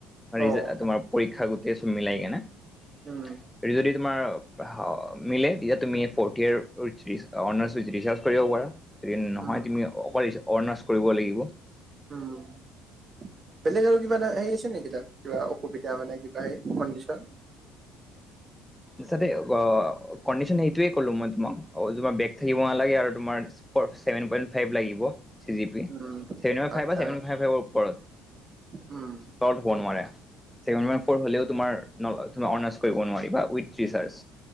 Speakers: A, in the centre; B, on the right (about 30°).
A: <unintelligible>
B: অ',
A: তোমাৰ পৰীক্ষা গোটেই চব মিলাই কেনে আৰু
B: উম,
A: যদি তমাৰ অ মিলে ইয়াত তুমি fourth year <unintelligible> honours with research কৰিব পাৰা। য নহয়
B: উম,
A: তুমি অকল অৰ্ণাৰ্চ কৰিব লাগিব।
B: উম বেলেগ আৰু কিবা এটা হেৰি আছে নেকি তাত? কিবা অসুবিধা মানে কিবা এই কণ্ডিচন?
A: ইছাতে গ কণ্ডিচন সেইটোৱে ক'লো মই তোমাক, তোমাৰ বেগ থাকিব নালাগে আৰু তোমাৰ ফৰ ছেভেন পইণ্ট ফাইভ লাগিব। চি জি পি,
B: উম,
A: ছেভেন পইণ্ট ফাইভ
B: আচ্ছা
A: বা ছেভেন পইণ্ট ফাইভ ফাইভৰ ওপৰত।
B: উম।
A: তলত হব নোৱাৰে, ছেভেন পইণ্ট ফৌৰ হলেও তোমাৰ নলয়, তোমাৰ অনাৰ্ছ কৰিব নোৱাৰিবা উই ৰিছাৰ্চ